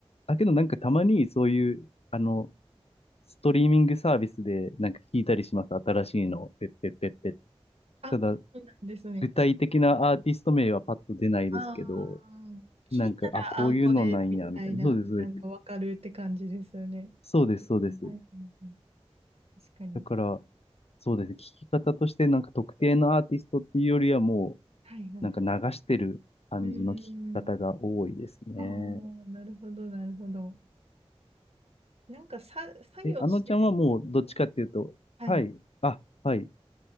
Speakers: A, on the left; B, on the right.
A: だけどなんかたまにそういう、あの、ストリーミングサービスでなんか聞いたりします。新しいの。ペッペッペッペッ。
B: あ、
A: ただ、
B: そうなんですね。
A: 具体的なアーティスト名はパッと出ないですけど、
B: ああ、聞いたら、
A: なんか、あ、こういうのなんや、
B: ああこれ、みたいな、
A: みたいな。そうです、そうです。
B: なんかわかるって感じですよね。
A: そうです、そうです。
B: はいはいはい。確かに。
A: だから、そうですね。聞き方としてなんか特定のアーティストっていうよりはも
B: はいはい。
A: う、なんか流してる感じの聞き方が多いですね。
B: うーん。ああ、なるほど、なるほど。なんかさ、作業してる。
A: え、あのちゃんはもうどっちかっていうと、
B: はい。
A: はい、あ、はい、